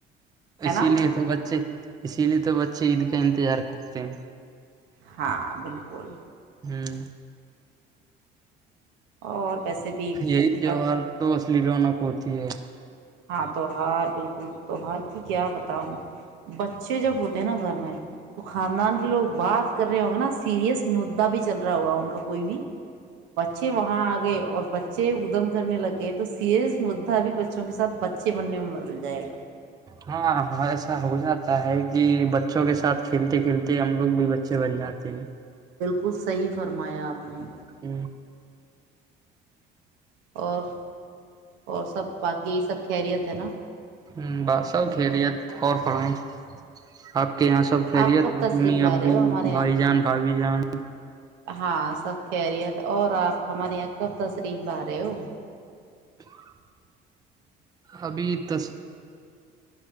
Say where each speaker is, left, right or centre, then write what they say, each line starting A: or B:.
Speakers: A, on the right; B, on the right.
A: اسی
B: ہے نا
A: لیے تو بچے اسی لیے تو بچے عید کا انتظار کرتے ہیں
B: ہاں بالکل
A: <unintelligible>
B: اور ویسے بھی
A: یہی تہوہار
B: بت
A: تو اسلی رونا پور <unintelligible>
B: ہاں تہوہار بالکل تہوہار کی کیا بتاؤں بچے جب ہوتے ہیں نا گھر میں تو خاندان کے لوگ بات کر رہے ہوں گے نا سیریئس مدا بھی چل رہا ہوگا ان کا کوئی بھی بچے وہاں آ گئے اور ب چ ادم کرنے لگ گئے تو سی ایس مدعا بھی ب کے ساتھ بچے بننے میں مدل جائے گا
A: ہاں ایسا ہو جاتا ہے کہ بچوں کے ساتھ کھیلتے کھیلتے ہم لوگ بھی بچے بن جاتے ج <unintelligible>
B: کچھ صحیح فرمایا آپ نے
A: ہوں <unintelligible>
B: اور اور سب باقی سب خیریت ہے نا
A: ہ بس سب خھیریت اور پڑھیں آپ کہ یہاں سب کھیلے
B: آپ کب
A: ت ممی
B: تشریف لا
A: ابو
B: رہے ہو ہمارے یہاں
A: بھائی جان بھابھی جان
B: ہاں سب خیریت اور آپ ہمارے یہاں کب تصریف لا رہے ہو
A: <unintelligible> ابھی ت